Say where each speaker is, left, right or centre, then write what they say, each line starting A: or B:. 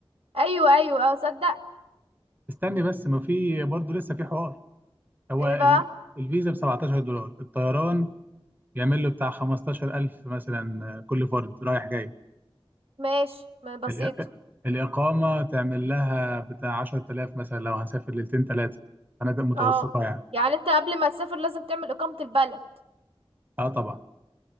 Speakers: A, on the right (about 75°); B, on the right (about 20°).
A: أيوة أيوة اه صدق
B: استني بس ما في برضه لسه في حوار هو
A: ايه
B: ال-
A: بقى
B: الفيزا ب 17 دولار الطيران يعمل له بتاع 15000 مثلا آه، كل فرد رايح جاي
A: ماشي ما بسيطة
B: الإق- الإقامة تعمل لها بتاع 10000 مثلا لو هنسافر ليلتين ثلاثة فنادق متوسطة
A: اه
B: يعني
A: يعني انت قبل ما تسافر لازم تعمل إقامة البلد
B: اه طبعا